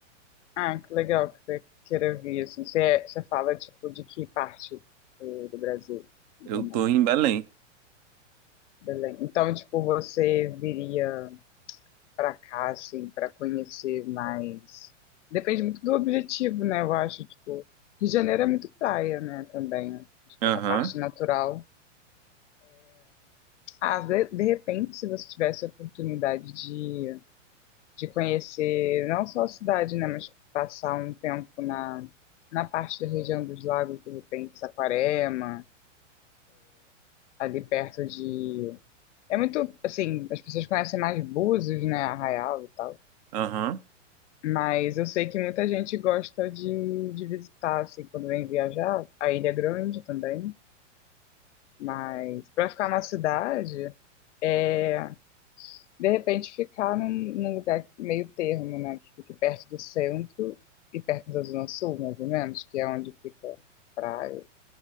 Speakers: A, on the left (about 70°); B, on the right (about 35°).
A: Ah, que legal que você queira vir, assim. Você, você fala, tipo, de que parte do, do Brasil? Do
B: Eu
A: mundo?
B: tô em Belém.
A: Belém. Então, tipo, você viria pra cá, assim, pra conhecer mais... Depende muito do objetivo, né? Eu acho, tipo... Rio de Janeiro é muito praia, né, também. Tipo,
B: Aham,
A: a parte natural. Ah, de, de repente, se você tivesse a oportunidade de, de conhecer não só a cidade, né, mas passar um tempo na, na parte da região dos lagos, de repente, Saquarema, ali perto de. É muito, assim, as pessoas conhecem mais Búzios, né, Arraial e tal.
B: aham,
A: Mas eu sei que muita gente gosta de, de visitar, assim, quando vem viajar, a Ilha Grande também. Mas para ficar na cidade. é De repente ficar num, num lugar meio termo, né? Que fique perto do centro e perto da Zona Sul, mais ou menos, que é onde fica a praia.